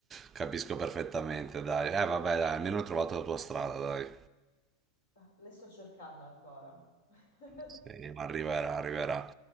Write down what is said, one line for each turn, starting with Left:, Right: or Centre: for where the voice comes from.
Right: Capisco perfettamente, dai. Eh, vabbè, dai, almeno hai trovato la tua strada, dai.
Left: <laughs> Le sto cercando ancora. <laughs>
Right: Sì, ma arriverà, arriverà.